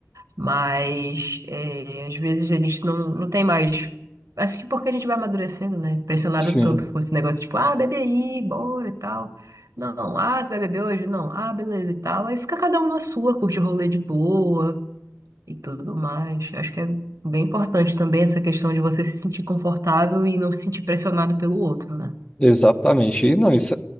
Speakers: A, on the right (about 85°); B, on the left (about 20°).
A: Mas é, às vezes a gente não, não tem mais. Acho que porque a gente vai amadurecendo, né? Pressionado
B: Sim,
A: tanto com esse negócio, tipo, ah, bebe aí, bora e tal. Não, ah, tu vai beber hoje? Não, ah, beleza e tal. Aí fica cada um na sua, curte o rolê de boa e tudo mais. Acho que é bem importante também essa questão de você se sentir confortável e não se sentir pressionado pelo outro, né?
B: exatamente. E não, isso,